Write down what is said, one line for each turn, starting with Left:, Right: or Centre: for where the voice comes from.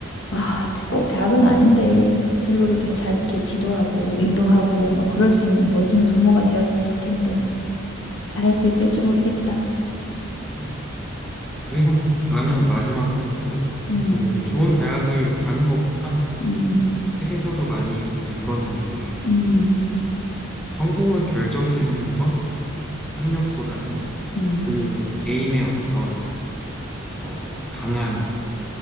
Left: 아, 꼭 대학은 아닌데 진로를 좀 잘 이렇게 지도하고 인도하고 막 그럴 수 있는 멋진 부모가 되었을 텐데 잘할 수 있을지 모르겠다.
Centre: 음. 그리고 나는 마지막으로도
Left: 음,
Centre: 그 좋은 대학을 가는 것보다
Left: 음,
Centre: 책에서도 많이 읽었는데,
Left: 음,
Centre: 그 성공을 결정짓는 건 학력보다는
Left: 음.
Centre: 그 개인의 어떤, 어, 강한